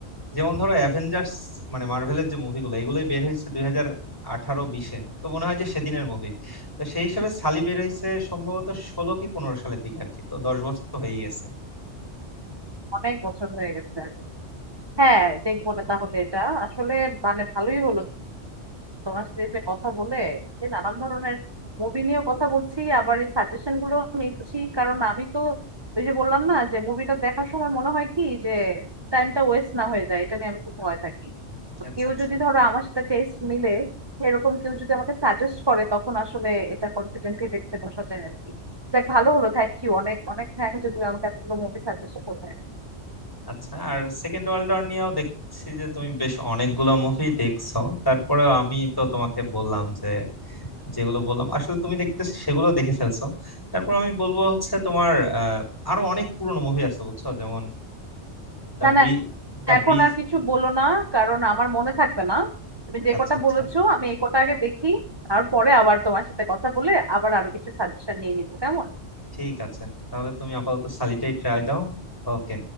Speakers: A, on the left (about 15°); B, on the right (about 20°).
A: যেমন ধরো অ্যাভেঞ্জার্স মানে মার্ভেলের যে মুভিগুলো এগুলোই বের হয়েছে দুই হাজার আঠারো বিশে তো মনে হয় যে সেদিনের মুভি তো সেই হিসেবে সালি বের হয়েছে সম্ভবত ষোলো কি পনেরো সালের দিকে আর কি তো দশ বছর তো হয়েই গেছে
B: অনেক বছর হয়ে গেছে আর কি। হ্যাঁ দেখবো না তাহলে এটা আসলে মানে ভালোই হলো তোমার সাথে যে কথা বলে যে নানান ধরনের মুভি নিয়েও কথা বলছি আবার এই সাজেশন গুলো নিচ্ছি কারণ আমি তো ওই যে বললাম না যে মুভিটা দেখার সময় মনে হয় কি যে টাইমটা ওয়েস্ট না হয়ে যায় এটা নিয়ে আমি খুব ভয় থাকি তো
A: আচ্ছা
B: কেউ
A: আচ্ছা
B: যদি ধরো আমার সাথে টেস্ট মিলে এরকম কেউ যদি আমাকে সাজেস্ট করে তখন আসলে এটা কনফিডেন্টলি দেখতে বসা যায় আর কি যাক ভালো হলো থ্যাংক ইউ অনেক অনেক থ্যাংক যে তুমি আমাকে এতগুলো মুভি সাজেস্ট করলে
A: আচ্ছা আর সেকেন্ড ওয়ার্ল্ড ওয়ার নিয়েও দেখছি যে তুমি বেশ অনেকগুলো মুভি দেখছো তারপরে আমি তো তোমাকে বললাম যে যেগুলো বললাম আসলে তুমি দেখতে সেগুলো দেখে ফেলছো তারপর আমি বলবো হচ্ছে তোমার আহ, আরো অনেক পুরনো মুভি আছে বুঝছো যেমন দ্য
B: না
A: ব্রিজ
B: না
A: দ্য
B: এখন
A: ব্রিজ
B: আর কিছু বলো না কারণ আমার মনে থাকবে না তুমি যে
A: আচ্ছা
B: কটা
A: আচ্ছা
B: বলেছো আমি এই কটা আগে দেখি তারপরে আবার তোমার সাথে কথা বলে আবার আরো কিছু সাজেশন নিয়ে নিবো কেমন
A: ঠিক আছে তাহলে তুমি আপাতত সালিটাই ট্রাই দাও ওকে